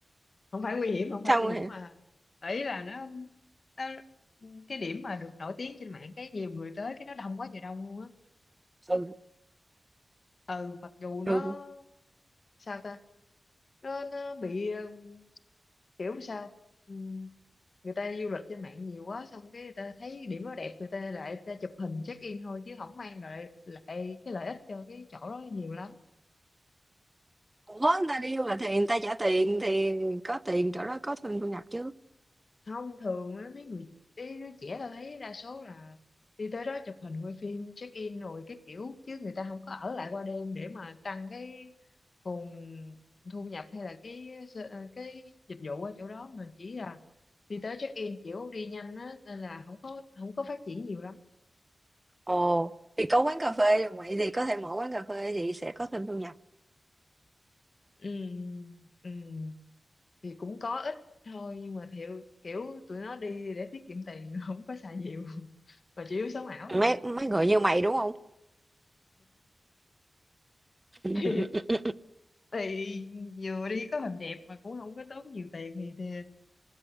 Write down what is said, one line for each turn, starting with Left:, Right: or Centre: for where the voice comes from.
Left: không phải nguy hiểm không phải
Right: xong
Left: nguy
Right: rồi
Left: hiểm mà ý là nó tao, cái điểm mà được nổi tiếng trên mạng cái nhiều người tới cái nó đông quá trời đông luôn á
Right: Ừ,
Left: ừ mặc dù nó
Right: ừ.
Left: sao ta nó nó bị ờ, kiểu sao Ừm, người ta du lịch trên mạng nhiều quá xong cái người ta thấy điểm nó đẹp người ta lại người ta chụp hình check in thôi chứ không mang lại lại cái lợi ích cho cái chỗ đó nhiều lắm
Right: Ủa, người ta đi du lịch thì người ta trả tiền, thì có tiền chỗ đó có thêm thu nhập chứ.
Left: không thường á, mấy người mấy đứa trẻ tôi thấy đa số là đi tới đó chụp hình quay phim check in rồi cái kiểu chứ người ta không có ở lại qua đêm để mà tăng cái nguồn thu nhập hay là cái s- ờ, cái dịch vụ ở chỗ đó mà chỉ là đi tới check in kiểu đi nhanh á nên là không có không có phát triển nhiều lắm
Right: Ồ, thì có quán cà phê rồi mày thì có thể mở quán cà phê thì sẽ có thêm thu nhập.
Left: ừ, ừ, thì cũng có ít thôi nhưng mà thiệu kiểu tụi nó đi để tiết kiệm tiền <laughs> không có xài nhiều mà chủ yếu sống ảo thôi
Right: Mấy mấy người như mày đúng không? <laughs>
Left: <laughs> thì vừa đi có hình đẹp mà cũng không có tốn nhiều tiền thì, thì